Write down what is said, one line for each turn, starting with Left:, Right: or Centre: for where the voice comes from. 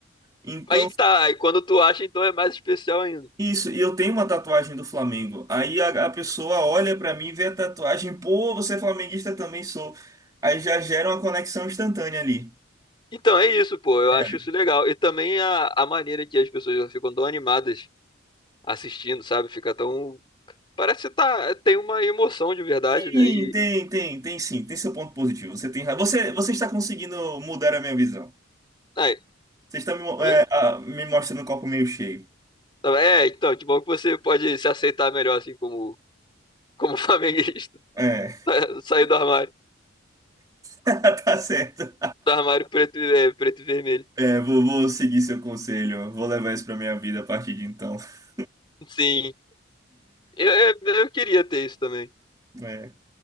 Right: Então,
Left: Aí que tá, aí quando tu acha, então é mais especial ainda.
Right: isso, e eu tenho uma tatuagem do Flamengo. Aí a, a pessoa olha pra mim, vê a tatuagem, pô, você é flamenguista também sou. Aí já gera uma conexão instantânea ali.
Left: Então é isso, pô, eu
Right: é.
Left: acho isso legal. E também a, a maneira que as pessoas ficam tão animadas assistindo, sabe? Fica tão. Parece que tá... tem uma emoção de verdade,
Right: Tem,
Left: né? E.
Right: tem, tem, tem sim, tem seu ponto positivo. Você tem razão. Você, você está conseguindo mudar a minha visão.
Left: Ai,
Right: Você está me, mo-
Left: tá
Right: é,
Left: vendo?
Right: ah, me mostrando o copo meio cheio.
Left: Tá É, então, que bom que você pode se aceitar melhor, assim, como, como <laughs> flamenguista.
Right: É,
Left: Sa- Sair do armário.
Right: <laughs> tá certo.
Left: Do armário preto, e- é, preto e vermelho.
Right: É, vou, vou seguir seu conselho, vou levar isso pra minha vida a partir de então. <laughs>
Left: Sim. Eu, eu, eu queria ter isso também.
Right: É,